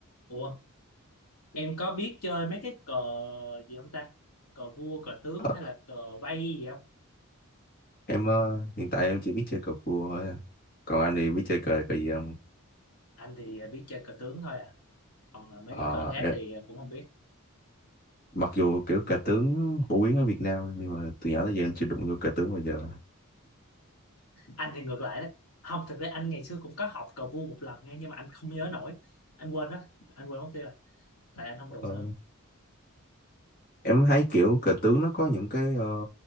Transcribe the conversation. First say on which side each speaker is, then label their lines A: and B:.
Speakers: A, on the left; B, on the left.
A: Ủa, em có biết chơi mấy cái cờ gì không ta? Cờ vua, cờ tướng
B: Ờ,
A: hay là cờ vây gì không?
B: em ờ, hiện tại em chỉ biết chơi cờ vua thôi à. Còn anh thì biết chơi cờ cờ gì không?
A: Anh thì biết chơi cờ tướng thôi à. Còn là mấy
B: Ờ,
A: cái cờ khác
B: em,
A: thì cũng không biết.
B: mặc dù kiểu cờ tướng phổ biến ở Việt Nam nhưng mà từ nhỏ tới giờ em chưa đụng vô cờ tướng bao giờ.
A: Anh thì ngược lại đấy. Không, thực ra anh ngày xưa cũng có học cờ vua một lần nha, nhưng mà anh không nhớ nổi. Anh quên đó, anh quên mất tiêu rồi. Tại anh không
B: Ờ,
A: đụng nữa.
B: em thấy kiểu cờ tướng nó có những cái ờ,